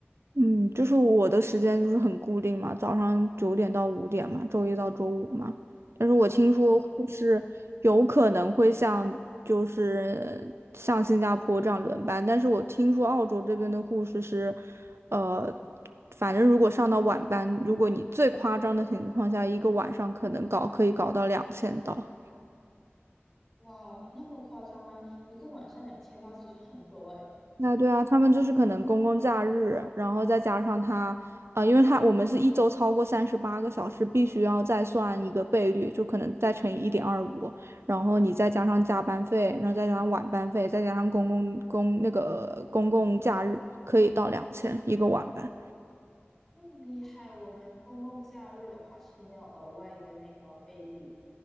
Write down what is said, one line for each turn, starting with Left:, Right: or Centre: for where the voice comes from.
Right: 嗯，就是我的时间就是很固定嘛，早上九点到五点嘛，周一到周五嘛。但是我听说护士有可能会像就是像新加坡这样轮班，
Centre: 哦。
Right: 但是我听说澳洲这边的护士是，呃，反正如果上到晚班，如果你最夸张的情况下，一个晚上可能搞可以搞到两千刀。
Centre: 哇哦，那么夸张吗？一个晚上两千刀其实很多诶，
Right: 那对啊，他们就是可能公共假日，然后再加上他，呃，因为他我们是一周超过三十八个小时，必须要再算一个倍率，就可能再乘以一点二五，然后你再加上加班费，然后再加上晚班费，再加上公共公那个公共假日，可以到两千一个晚班。
Centre: 那么厉害。我们公共假日的话是没有额外的那个倍率的，